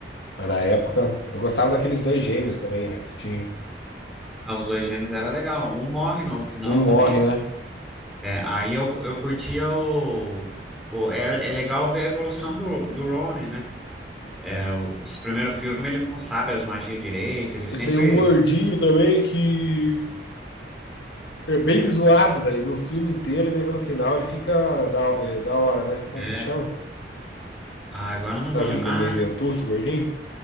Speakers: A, on the left; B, in the centre.
A: Mas na época, eu gostava daqueles dois gêmeos também, velho, que tinha.
B: Ah, os dois gêmeos era legal. Um morre no final
A: Um morre,
B: também.
A: né?
B: É, aí eu, eu curtia o. o é, é legal ver a evolução do, do Ronnie, né? É, os primeiros filmes ele não sabe as magias direito, ele sempre.
A: E tem um gordinho também que é bem zoado, velho, no filme inteiro, e daí no final ele fica da, é, da hora, né? Como
B: É.
A: que ele chama?
B: Ah, agora eu não
A: Sabe
B: vou lembrar.
A: aquele de meio
B: Ah,
A: dentuço, gordinho?